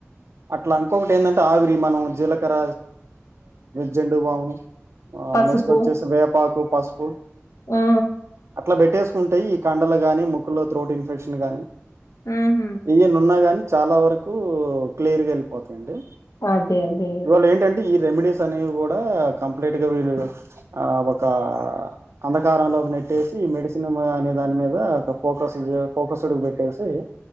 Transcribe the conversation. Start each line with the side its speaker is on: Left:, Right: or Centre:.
Right: అట్లా ఇంకొకటి ఏంటంటే ఆవిరి మనం జీలకర జండు బామ్ ఆ
Left: పసుపు
Right: నెక్స్ట్ వచ్చేసి వేపాకు పసుపు
Left: ఆ
Right: అట్లా పెట్టే ఉంటాయి ఈ కండలు గాని ముక్క్కల్లో త్రోట్ ఇన్ఫెక్షన్ గాని
Left: ఆ హ
Right: ఏయన్ని ఉన్నా గాని చాలా వరకు క్లియర్గా వెళిపోతాయి అండి
Left: అదే అదే
Right: ఇవాళ ఏంటంటే ఈ రెమెడీస్ అనేవి కూడా కంప్లీట్ గా వీళ్ళు ఆ ఒక అంధకారంలోకి నెట్టేసి ఈ మెడిసిన్ అనే దాని మీద ఒక ఫోకస్ ఫోకస్డ్ పెట్టేసి